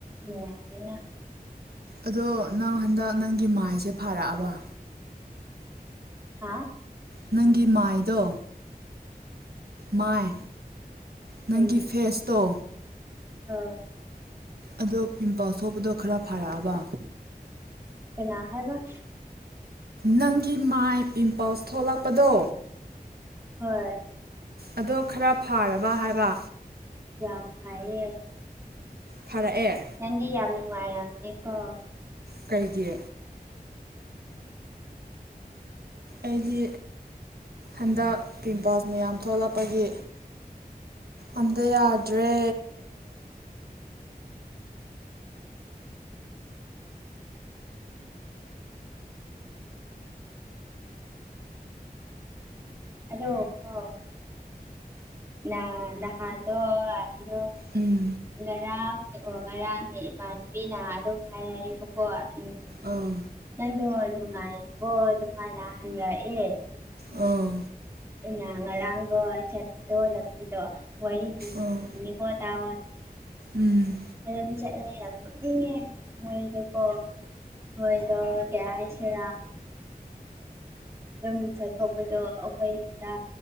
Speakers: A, on the right; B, on the right.
A: ꯅꯨꯡꯉꯥꯏꯗꯅ
B: ꯑꯗꯣ ꯅꯪ ꯍꯟꯗꯛ ꯅꯪꯒꯤ ꯃꯥꯏꯁꯦ ꯐꯥꯔꯛꯑꯕ
A: ꯍꯥꯥ
B: ꯅꯪꯒꯤ ꯃꯥꯏꯗꯣ ꯃꯥꯏ ꯅꯪꯒꯤ
A: ꯎꯝ
B: ꯐꯦꯁꯇꯣ
A: ꯑꯥ
B: ꯑꯗꯣ ꯄꯤꯝꯄꯜꯁ ꯁꯄꯗꯣ ꯈꯔ ꯐꯥꯔꯛꯑꯕ
A: ꯄꯅꯥ ꯍꯥꯏꯦꯕ
B: ꯅꯪꯒꯤ ꯃꯥꯏ ꯄꯤꯝꯄꯜꯁ ꯊꯣꯛꯂꯛꯄꯗꯣ
A: ꯍꯣꯏ
B: ꯑꯗꯣ ꯈꯔ ꯐꯥꯔꯕ ꯍꯥꯏꯕ
A: ꯌꯥꯝ ꯐꯌꯦ
B: ꯐꯔꯛꯑꯦ
A: ꯅꯪꯗꯤ ꯌꯥꯝ ꯅꯨꯡꯉꯥꯏꯔꯝꯅꯦꯀꯣ
B: ꯀꯩꯒꯤ ꯑꯩꯒꯤ ꯍꯟꯗꯛ ꯄꯤꯝꯄꯜꯁ ꯃꯌꯥꯝ ꯊꯣꯛꯂꯛꯄꯒꯤ ꯑꯝꯇ ꯌꯥꯗ꯭ꯔꯦ
A: ꯑꯗꯣ ꯍ ꯅ ꯅꯍꯥꯗ ꯑꯣ
B: ꯎꯝ
A: ꯉꯔꯥꯡ ꯔꯥꯡꯅꯦ ꯏꯃꯥꯟꯕꯤꯅ ꯑꯗꯨꯝ ꯍꯥꯏꯔꯛꯏꯕꯀꯣ ꯎꯝ
B: ꯑꯥ
A: ꯅꯪꯗꯣ ꯅꯨꯡꯉꯥꯏꯔꯤꯕꯣ ꯑꯗꯨꯃꯥꯏꯅ ꯍꯪꯔꯛꯑꯦ
B: ꯑꯥ
A: ꯑꯩꯅ ꯉꯔꯥꯡꯗꯣ ꯆꯠꯄꯗꯣ ꯂꯝꯕꯤꯗꯣ ꯋꯥꯔꯤ ꯂꯤꯡꯕꯤꯣ
B: ꯑꯪ
A: ꯅꯤꯀꯣ ꯇꯥꯣ
B: ꯎꯝ
A: ꯑꯗꯨꯗꯝ ꯆꯠꯂꯗꯤꯦ ꯃꯔꯀ ꯍꯣꯏꯗꯣ ꯀꯁ ꯑꯗꯨꯝꯁꯦ ꯊꯣꯛꯄꯗꯣ ꯑꯩꯈꯣꯏꯗ